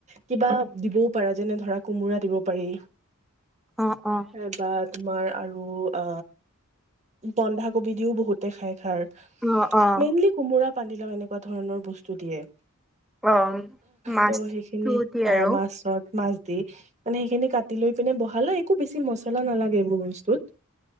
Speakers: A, on the right (about 35°); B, in the centre.
A: কিবা দিবও পাৰা। যেনে ধৰা কোমোৰা দিব পাৰি।
B: অ', অ',
A: এইবাৰ তোমাৰ আৰু আ বন্ধাকবি দিওঁ বহুতে খাই খাৰ
B: অ', অ',
A: মেইনলি কোমোৰা পানলাও এনেকুৱা ধৰণৰ বস্তু দিয়ে
B: অ মাছটোতি
A: ত' সেইখিনি অ
B: আৰু
A: মাছত মাছ দি মানে সেইখিনি কাটি লৈ পিনে বহালে একো বেছি মছলা নালাগে এইবোৰ বস্তুত